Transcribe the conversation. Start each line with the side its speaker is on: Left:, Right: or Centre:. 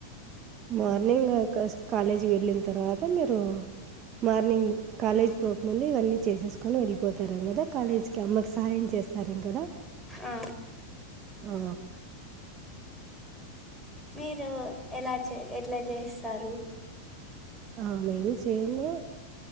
Right: మార్నింగ్ కాస్ కాలేజీ వెళ్ళిన తర్వాత మీరు మార్నింగ్ కాలేజ్ పోకముందు ఇవన్నీ చేసేసుకొని వెళ్ళిపోతారు కదా కాలేజ్ కి అమ్మకు సాయం చేస్తారు సరే కదా
Centre: ఆ
Right: ఉ
Centre: మీరు ఎలా చే ఎట్లా చేస్తారు.
Right: ఆమె ఏమి చేయలే.